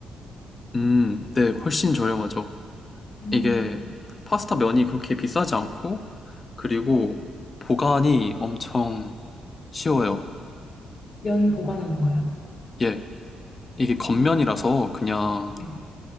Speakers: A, on the left; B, on the left.
A: 음, 네, 훨씬 저렴하죠.
B: 음,
A: 이게 파스타 면이 그렇게 비싸지 않고 그리고 보관이 엄청 쉬워요.
B: 면 보관하는 거요?
A: 예, 이게
B: 음,
A: 겉면이라서 그냥
B: 네,